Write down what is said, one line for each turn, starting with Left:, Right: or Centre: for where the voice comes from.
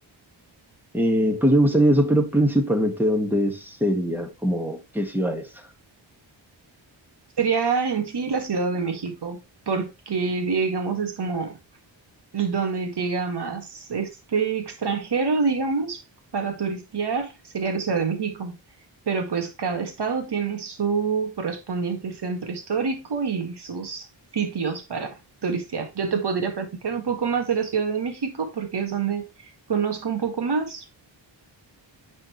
Centre: Eh, pues me gustaría eso, pero principalmente dónde sería, como qué ciudades.
Right: Sería en sí la Ciudad de México, porque digamos es como donde llega más este extranjero, digamos, para turistear, sería la Ciudad de México. Pero pues cada estado tiene su correspondiente centro histórico y sus sitios para turistear. Yo te podría platicar un poco más de la Ciudad de México porque es donde conozco un poco más.